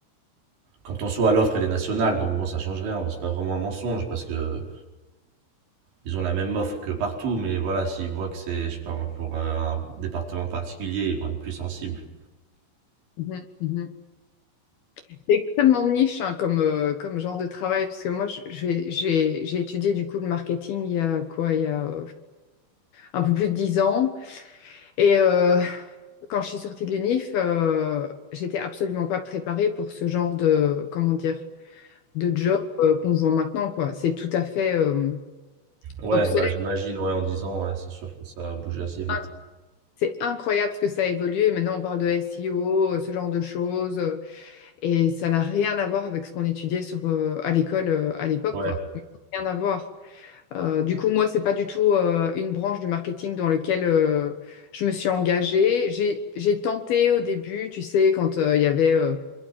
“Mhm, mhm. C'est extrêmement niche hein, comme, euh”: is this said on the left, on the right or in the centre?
Left